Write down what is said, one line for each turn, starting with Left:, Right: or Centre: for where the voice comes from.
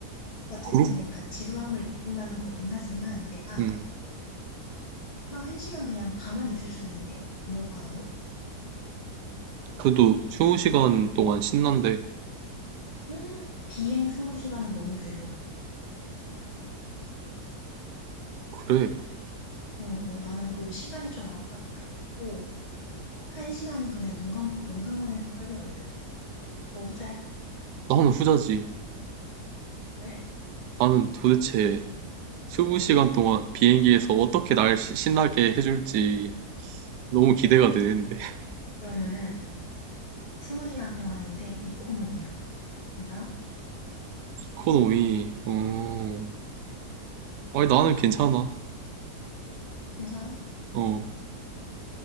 Left: 어쨌든
Right: 그룹?
Left: 그러니까 지루함을 느낀다는 거긴 하지만 내가
Right: 음.
Left: 나 한 시간 그냥 가만히 있을 수 있는데? 아무것도 안 하고?
Right: 그래도 20시간 동안 신난대.
Left: <gasps> 헉, 비행 스무 시간은 너무 괴로워.
Right: 그래.
Left: 어, 어, 나는 그리고 시간이 좀 아- 아- 아깝고 한 시간은 그냥 눈 감고 명상만 해도 빨리 갈 듯? 너 후자야?
Right: 나는 후자지.
Left: 그래?
Right: 나는 도대체 20시간 동안 비행기에서 어떻게 날 시- 신나게 해줄지 너무 기대가 되는데. <laughs>
Left: 그러면은 스무 시간 동안인데 이코노미야. 괜찮아?
Right: 이코노미, 어. 아니, 나는 괜찮아.
Left: 괜찮아?
Right: 어.